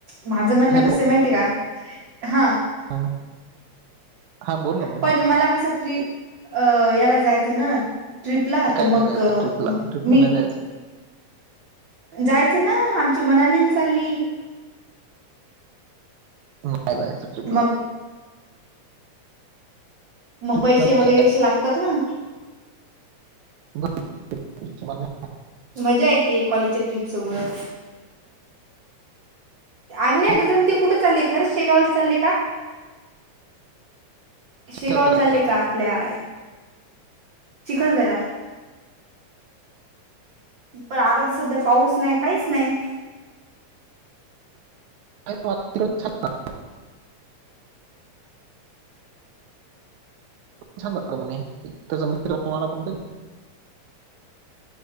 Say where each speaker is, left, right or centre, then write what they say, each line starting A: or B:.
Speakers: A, on the right; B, on the right.
A: माझं म्हणणं
B: हॅलो
A: कस माहिती आहे का हा.
B: हा हा, बोल ना बोल
A: पण
B: ना
A: मला कसं ट्री अ याला जायचं ना ट्रिपला
B: काय
A: तर
B: नाही
A: मग
B: जायचं ट्रिपला
A: म
B: ट्रिपला
A: मी
B: नाही जायचं
A: जायचं ना आमची मनालीला चालली.
B: माय ट्रिपला
A: मग
B: <unintelligible>
A: मग
B: ट्रिपला
A: पैसे
B: नाही
A: वगैरे कसे लागतात ना.
B: जायचं. घरचे म्हणले,
A: मज्जा येते कॉलेजच्या ट्रिप सोबत. आम्ही ना
B: "हो,
A: जण ते कुठे चालले खरंच शेगावला चाललेय का?
B: तिकडे
A: शिगावल चालले
B: जायचं."
A: का आपल्याय चिखल दरा. पण आता तर सध्या पाऊस नाही काहीच नाही.
B: अय अतुथ <unintelligible> छान म्हणे त्याचा मित्र तम्हाला कोणतरी <unintelligible>